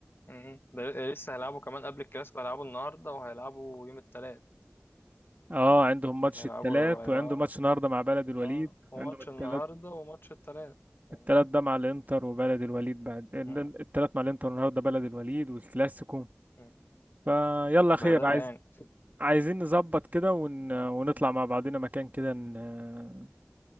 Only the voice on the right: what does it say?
اه عندهم
ماتش
التلات وعنده
ماتش النهارده مع بلد الوليد
عندهم التلات
التلات ده مع الانتر وبلد الوليد بعد
التلات مع الانتر النهارده بلد الوليد والكلاسيكو
فيلا
خير عايز
عايزين نظبط كده ون... ونطلع مع بعضنا مكان كده ن...